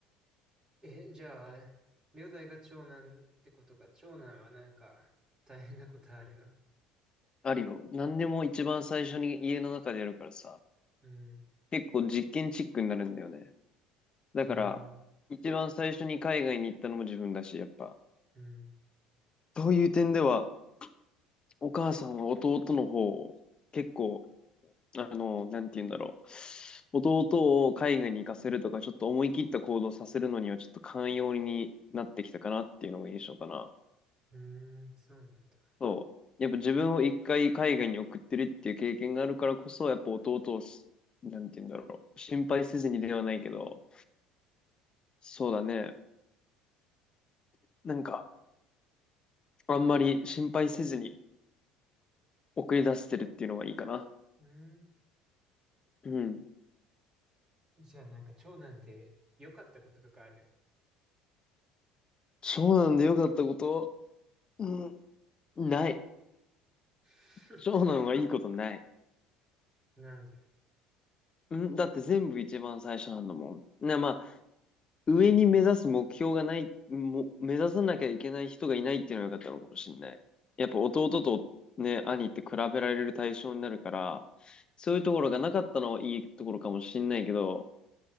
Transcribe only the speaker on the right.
ー、え、じゃあ、両弟が長男ってことか、長男はなんか、大変なことあるの。
うん、
うん、
うん、
うん、そうなんだ。
うん、
じゃあなんか、長男で良かったこととかある
<laughs>
なんで